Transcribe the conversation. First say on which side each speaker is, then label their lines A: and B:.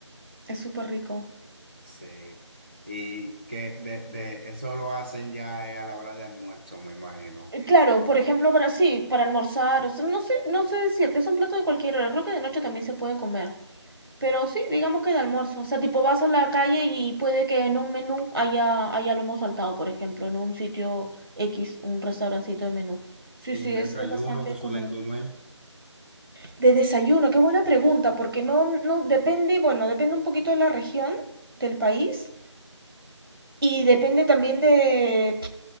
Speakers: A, on the right; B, on the right.
A: es súper rico.
B: Sí. Y que de, de eso lo hacen ya eh, a la hora de almuerzo, me imagino.
A: Eh, Claro, por ejemplo, para sí, para almorzar, o sea, no sé, no sé decirte, es un plato de cualquier hora, creo que de noche también se puede comer, pero sí, digamos que de almuerzo, o sea, tipo vas a la calle y puede que en un menú haya, haya lomo saltado, por ejemplo, en un sitio X, un restaurancito de menú. Sí,
B: Y
A: sí,
B: el desayuno
A: es, es bastante
B: que suelen
A: común.
B: comer.
A: De desayuno, qué buena pregunta, porque no, no, depende, bueno, depende un poquito de la región, del país, y depende también de,